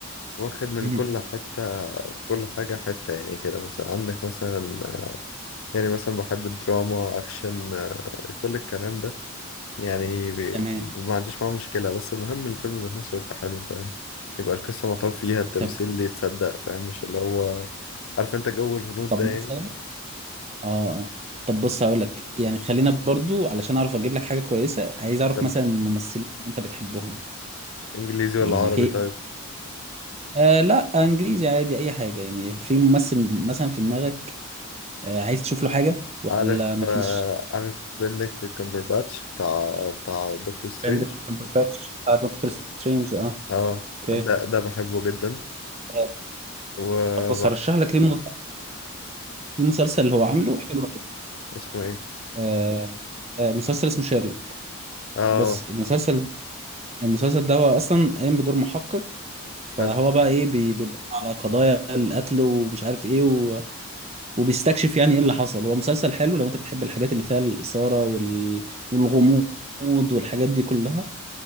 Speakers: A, on the left; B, on the right.
A: واخد من
B: مم.
A: كل حتة كل حاجة حتة يعني كده مثلا عندك مثلا يعني مثلا بحب الدراما أكشن آه، كل الكلام ده يعني بي-
B: تمام
A: ما عنديش معاه مشكلة بس المهم الفيلم ذات نفسه يبقى حلو فاهم يبقى القصة مطوب فيها التمثيل
B: تمام
A: اللي يتصدق فاهم مش اللي هو عارف انت جو الهنود
B: طب
A: ده يعني
B: مثلا اه آه. طب بص هقول لك يعني خلينا برضو علشان اعرف اجيب لك حاجه كويسه عايز اعرف
A: يلا،
B: مثلا الممثلين اللي انت بتحبهم
A: انجليزي ولا
B: يعني
A: عربي
B: في
A: طيب
B: آه لا انجليزي عادي اي حاجه يعني في ممثل مثلا في دماغك آه عايز تشوف له حاجه
A: عارف
B: ولا مفيش
A: آه، عارف بندكت كامبرباتش بتاع بتاع دكتور سترينج
B: بند كامبرباتش بتاع دكتور سترينج اه
A: اه
B: اوكي
A: ده ده بحبه جدا
B: آه،
A: وبح
B: طب بص هرشح لك ليه مسلسل في مسلسل اللي هو عامله حلو أوي.
A: اسمه ايه
B: آه آه مسلسل اسمه شيرلوك
A: اه
B: بص المسلسل المسلسل ده هو اصلا قايم بدور محقق فهو
A: حلو
B: بقى ايه بي- بيدور على قضايا القتل ومش عارف ايه و... وبيستكشف يعني ايه اللي حصل هو مسلسل حلو لو انت بتحب الحاجات اللي فيها الاثاره وال... والغموض والحاجات دي كلها